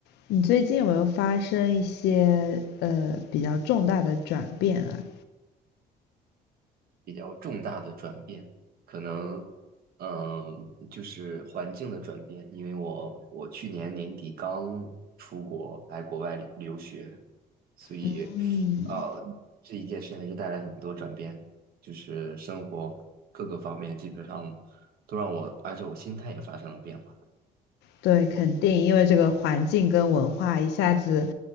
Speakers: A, on the left; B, on the right.
A: 你最近有没有发生一些呃比较重大的转变啊？
B: 比较重大的转变，可能，嗯、就是环境的转变，因为我我去年年底刚出国来国外留留学，所以，
A: 嗯，
B: 呃，这一件事还是带来很多转变，就是生活各个方面基本上都让我，而且我心态也发生了变化。
A: 对，肯定，因为这个环境跟文化一下子